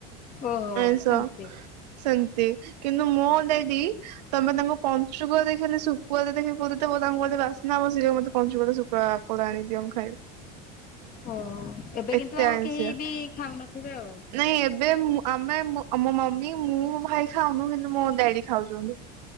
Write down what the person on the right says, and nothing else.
ଆଇଁଷ
ସେମତି କିନ୍ତୁ ମୁଁ ଯଦି ତମେ ତାଙ୍କୁ। ପଞ୍ଚୁକ ଦେଖଲେ ଶୁଖୁଆ ଦେଖ। ବୋ ତାଙ୍କୁ ମୋ ବାସ୍ନା ଆ ସି ମତେ ପଞ୍ଚିଗଲେ ଶୁଖା ଫୋଳ ଆଣିଦିଅ।
ଏତେ
ଆଇଁଷିଆ।
ନାଇଁ ଏବେ ଆମେ ମୋ ମମି ମୁଁ ଭାଇ ଖାଉନୁ କିନ୍ତୁ ମୋ ଡାଡି ଖାଉଛନ୍ତି।